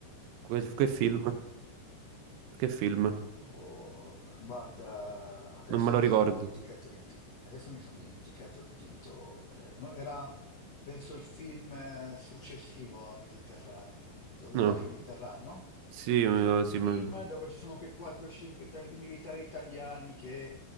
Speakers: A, on the right; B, on the left.
A: Que-
B: per
A: che
B: il
A: film?
B: film.
A: Che film?
B: Oh, guarda, adesso
A: Non me lo
B: mi
A: ricordo.
B: sono dimenticato il, ti- adesso mi son dimenticato il titolo. Eh, no, era, penso, il film eh, successivo a Mediterraneo. Te lo ricordi
A: No.
B: Mediterraneo?
A: Sì, eh,
B: È quel
A: sì,
B: film
A: me lo ricordo.
B: dove ci sono quei 4-5 itali- militari italiani che